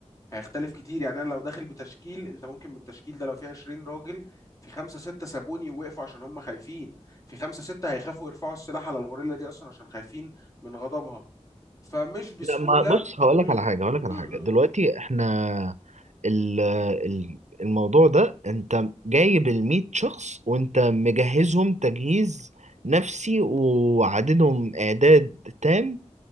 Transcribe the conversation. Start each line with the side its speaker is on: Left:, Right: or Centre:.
Left: هيختلف كتير يعني انا لو داخل بتشكيل انت ممكن من التشكيل ده لو فيه 20 راجل في خمسة ستة سابوني ووقفوا عشان هم خايفين في خمسة ستة هيخافوا يرفعوا السلاح على الغوريلا دي اصلا عشان خايفين من غضبها فمش بسهولة
Right: لا ما بص هقول
Left: امم
Right: لك على حاجه هقول لك على
Left: امم
Right: حاجه
Left: امم،
Right: دلوقتي احنا ال ال الموضوع ده انت جايب ال 100 شخص وانت مجهزهم تجهيز نفسي وعددهم اعداد تام